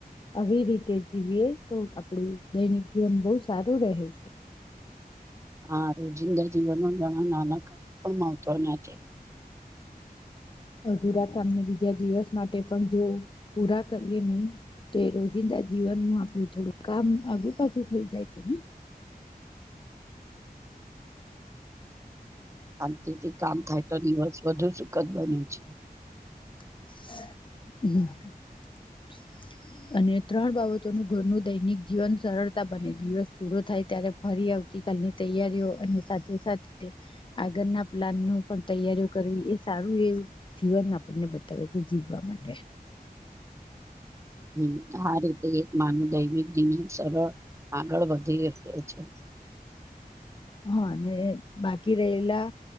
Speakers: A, on the left; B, on the right.
A: આવી રીતે જીવીએ તો આપણું દૈનિક જીવન બહુ સારું રહે છે. <inaudible>
B: હા રોજિંદા જીવનમાં ઘણા નાના કામ પણ મહત્વના છે.
A: અધુરા કામને બીજા દિવસ માટે પણ જો પૂરા કરીએ નહી તો એ રોજિંદા જીવન નું આપડું થોડું કામ આગુ પાછું થઈ જાય છે ને <inaudible>
B: શાંતિથી કામ થાય તો દિવસ વધુ સુખદ બને છે
A: <inaudible> અને ત્રણ બાબતોનું ઘરનું દૈનિક જીવન સરળતા બને દિવસ પૂરો થાય ત્યારે ફરી આવતીકાલની તૈયારીઓ અને સાથે સાથે આગળના પ્લાન નું પણ તૈયારીઓ કરવી. સારું એવું જીવન આપણને બતાવે છે જીવવા માટે
B: હમ્મ આ રીતે એક માનવ દૈમિક જીવન સરળ આગળ વધી રહે છે
A: હા અને બાકી રહેલા